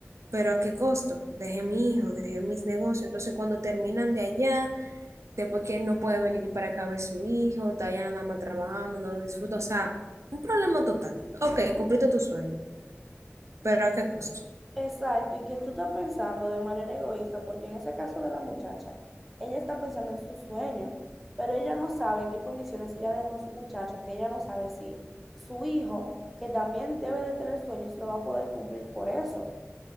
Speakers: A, on the right (about 85°); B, in the centre.
A: pero ¿a qué costo? Dejé mi hijo, dejé mis negocios. Entonces, cuando terminan de allá, después que él no puede venir para acá a ver su hijo, está allá nada más trabajando, no lo disfruta. O sea, un problema total. Ok, cumpliste tu sueño, pero ¿a qué costo?
B: Exacto, y que tú estás pensando de manera egoísta, porque en ese caso de la muchacha, ella está pensando en su sueño, pero ella no sabe en qué condiciones ella dejó a su muchacho, que ella no sabe si su hijo, que también debe de tener sueños, lo va a poder cumplir por eso.